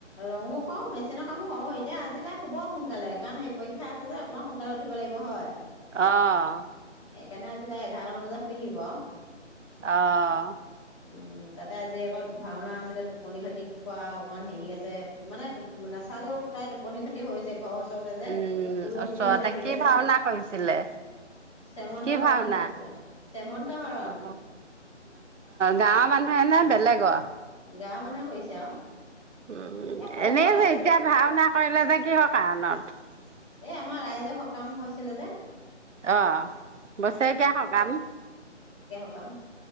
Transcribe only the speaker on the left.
ৰঙো কও মেচিনৰ কামো কৰো, এতিয়া আজি তাই শুব সোনকালে কাৰণ সেই পৰীক্ষা আছে যে অকমান সোনকালে উঠিব লাগিব হয়।
সেইকাৰণে আজি তাই এঘাৰ মান বজাত শুই থাকিব আৰু
উম তাতে আজি আকৌ ভাওনা আছিলে, টোপনি ক্ষতি কৰোৱা অকণমান হেৰি আছে। মানে নাচালেও তাই টোপনি ক্ষতি হৈছে। ঘৰৰ ওচৰতে যে
হুলস্থুল
হৈ থাকিলে
যে
শ্যামন্ত
হৰণ
কৰিছিলে শ্যামন্ত হৰণ
গাঁৱৰ মানুহে কছে আৰু
এই সৰু
সৰু ল'ৰা
ছোৱালী
এই আমাৰ ৰাইজৰ সকাম হৈছিলে যে
কাম